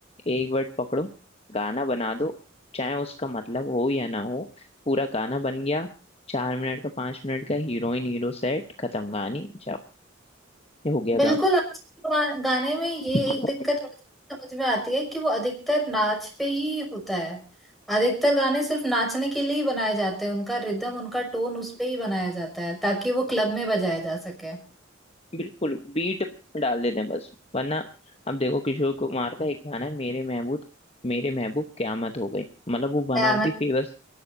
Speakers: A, on the left; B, in the centre.
A: एक वर्ड पकड़ो गाना बना दो चाहे उसका मतलब हो या ना हो पूरा गाना बन गया चार मिनट का पांच मिनट का हीरोइन हीरो सेट खत्म कहानी जाओ ये हो गया
B: बिल्कुल आजकल के गा- गाने में ये
A: काम
B: एक दिक्कत मुझे समझ में आती है कि वो अधिकतर नाच पे ही होता है अधिकतर गाने सिर्फ नाचने के लिए ही बनाए जाते हैं उनका रिदम उनका टोन उस पे ही बनाया जाता है ताकि वो क्लब में बजाया जा सके
A: बिल्कुल बीट डाल देते हैं बस वरना अब देखो किशोर कुमार का एक गाना है मेरे महबूब मेरे महबूब क्यामत हो गई मतलब वो one
B: हाँ,
A: of
B: मैं-
A: the famous